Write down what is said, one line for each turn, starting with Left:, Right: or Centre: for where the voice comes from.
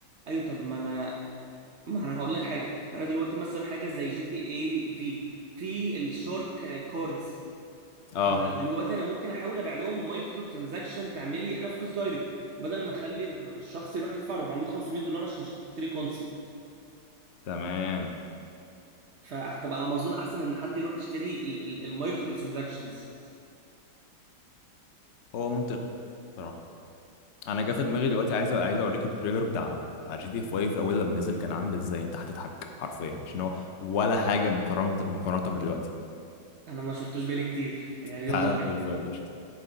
Right: ايوه طب ما انا ما انا هقول لك حاجه انا دلوقتي مثلا حاجه زي جي تي اي في في الشارك كوردز
Left: اه
Right: فانا دلوقتي انا ممكن احاول ابيع لهم مايكرو ترانزاكشن تعمل لي انا فلوس دايركت بدل ما اخلي الشخص يروح يدفع 400 500 دولار عشان يشتري كونسل
Left: تمام
Right: فهتبقى امازون احسن ان حد يروح يشتري المايكرو ترانزاكشنز
Left: هو منطقي صراحه انا جه في دماغي دلوقتي عايز عايز اوريك التريلر بتاع بتاع جي تي 5 اول لما نزل كان عامل ازاي انت هتضحك حرفيا عشان هو ولا حاجه مقارنه مقارنه بدلوقتي
Right: انا ما شفتوش بالي كتير يعني
Left: تعال
Right: يلا بينا
Left: نشوف يلا قشطة.